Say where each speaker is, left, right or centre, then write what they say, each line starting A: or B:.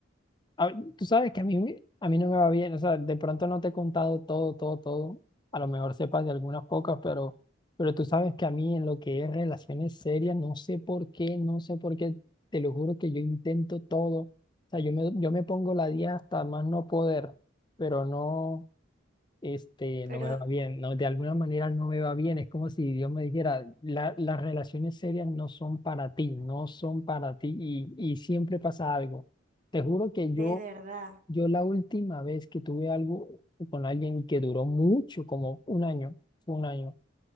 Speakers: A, on the left; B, on the right.
A: a- tú sabes que a mí, me- a mí no me va bien, o sea, de pronto no te he contado todo, todo, todo, a lo mejor sepas de algunas pocas, pero, pero tú sabes que a mí en lo que es relaciones serias, no sé por qué, no sé por qué, te lo juro que yo intento todo, o sea, yo me, yo me pongo la día hasta más no poder, pero no. este,
B: Pero
A: no me va bien, no, de alguna manera no me va bien, es como si Dios me dijera, "La- las relaciones serias no son para ti, no son para ti y, y siempre pasa algo. Te juro que
B: De
A: yo,
B: verdad,
A: yo la última vez que tuve algo con alguien que duró mucho, como un año, fue un año,